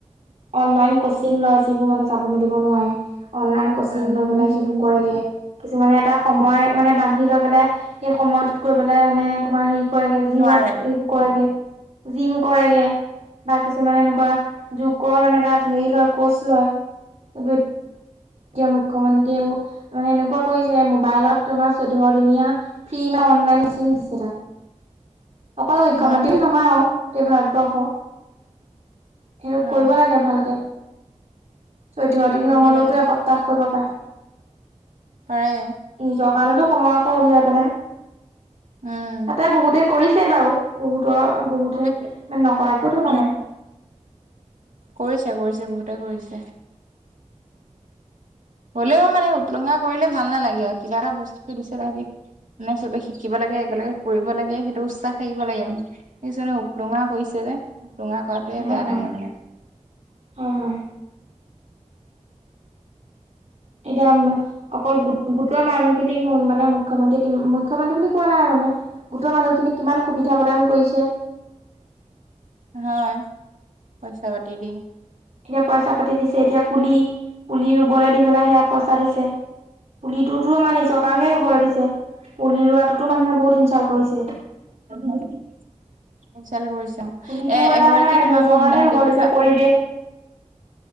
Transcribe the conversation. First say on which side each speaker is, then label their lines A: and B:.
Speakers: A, on the right; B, on the right.
A: অনলাইন কচিং লয় যিবোৰ মানে যাব মেলিব নোৱাৰে। অনলাইন কচিং
B: উম,
A: লৈ পেলাই সেইবোৰ কৰেগে কিছুমানে এটা সময় মানে বান ্ধি লৈ পেলাই সেই সময়টোত গৈ পেলাই মানে তোমাৰ হেৰি কৰেগৈ জিমত
B: নোৱাৰে
A: <inaudible> <inaudible> কৰে মানে তাত
B: উম
A: হেৰি লয় কচ লয় এতিয়া মুখ্যমন্ত্ৰীয়ে মানে এনেকুৱা কৰিলে মোবাইলত তোমাৰ চৈধ্য দিনীয়া ফ্ৰী ম অনলাইন মিচিং দিছে তাত। অকল মুখ্যমন্ত্ৰীও
B: হয়
A: নহয় আৰু গোটেই ভাৰতবৰ্ষৰ সেইটো
B: অ
A: কৰিব লাগে ভালকে চৈধ্য দিন
B: কৰিব
A: নহলেওতো
B: লাগেতো
A: এসপ্তাহ কৰিব পাৰে
B: পাৰে
A: নিজৰ কাৰণেতো সময় আকৌ উলিয়াই পেলাই
B: উম
A: তাতে বহুতে কৰিছে বাৰু বহুতৰ বহুতে
B: কৰিছে
A: মানে নকৰাকেও থকা
B: উম
A: নাই।
B: কৰিছে কৰিছে বহুতে কৰিছে হলেও মানে উটলঙা কৰিলে ভাল নালাগে আৰু কিবা এটা বস্তু দিছে তাহাঁতি মানে চবে শিকিব লাগে একেলগে কৰিব লাগে সেইটো উৎসাহ থাকিব লাগে মানে সেইে উপ <inaudible> কৰিছে যে ৰোঙা কৰাটোৱে
A: হয়
B: বেয়া লাগে
A: হয়
B: মানে।
A: হয় হয় এতিয়া আ <inaudible> অকলোট গোটৰ মানুহখিনিক মানে মুখ্যমন্ত্ৰীয়ে কি মুখ্যমন্ত্ৰী বুলি কোৱা নাই মানে গোটৰ মানুহখিনিক কিমান সুবিধা প্ৰদান কৰিছে
B: হয় পইচা পাতি দি
A: এয়া পইচা পাতি দিছে এতিয়া পুলি পুলি ৰুবলৈ দি পেলাই সেয়া পইচা দিছে পুলিটোতো আমাৰ নিজৰ কাৰণে হ'বলৈ দিছে পুলি ৰোৱাটো মানুে বহুত ইঞ্চাল কৰিছে
B: <inaudible> ল কৰিছে
A: পুলিটো
B: এ
A: এটা
B: এগৰাকীয়ে
A: মানে
B: তোমাৰ
A: নিজৰ
B: মই
A: কাৰণে
B: সহি
A: ৰুব
B: দেখিছো
A: দিছে
B: <inaudible>
A: পৰিৱেশ